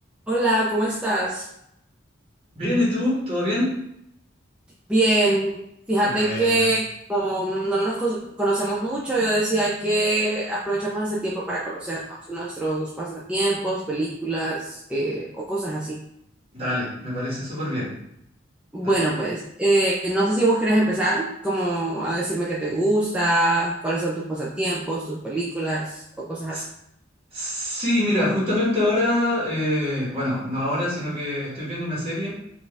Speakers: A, in the centre; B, on the right.
A: Hola, ¿cómo estás?
B: Bien, ¿y tú? ¿Todo bien?
A: Bien, fíjate
B: Qué bueno.
A: que como no nos cono- conocemos mucho, yo decía que aprovechemos este tiempo para conocernos, nuestros pasatiempos, películas eh, o cosas así.
B: Dale, me parece súper bien.
A: Bueno,
B: Dale.
A: pues eh, no sé si vos querés empezar como a decirme qué te gusta, cuáles son tus pasatiempos, tus películas o cosas
B: S-
A: así.
B: Sí, mira, justamente ahora, eh, bueno, no ahora, sino que estoy viendo una serie